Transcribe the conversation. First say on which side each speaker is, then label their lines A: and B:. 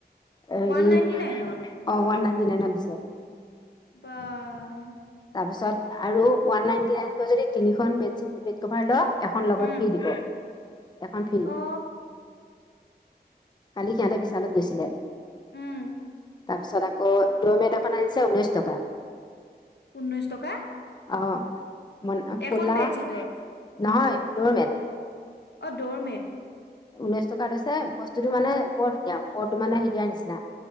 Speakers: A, on the left; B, on the left.
A: হেৰি
B: ওৱান নাইনটি
A: অ
B: নাইনত
A: ওৱান নাইনটি নাইনত দিছে
B: বাৰ
A: তাৰ পিছত আৰু ওৱান নাইনটি নাইনকৈ যদি তিনিখন বেড্বীট বেড কভাৰ ল এখন লগত
B: উম
A: ফ্ৰী দিব এখন ফ্ৰী
B: অ
A: কালি সিহঁতে বিশালত গৈছিলে
B: উম
A: তাৰপিছত আকৌ ড্ৰ'মেট এখন আনিছে ঊনৈশ টকা
B: ঊনৈছ টকা
A: অ ম
B: এখন
A: কলা
B: বেডশ্বীটত
A: নহয় দৌৰমট
B: অ দৌৰমেট
A: ঊনৈশ টকা লৈছে বস্তুটো মানে বৰ ধুনীয়া ওপৰতটো মানেৰিয়াৰ নিচিনা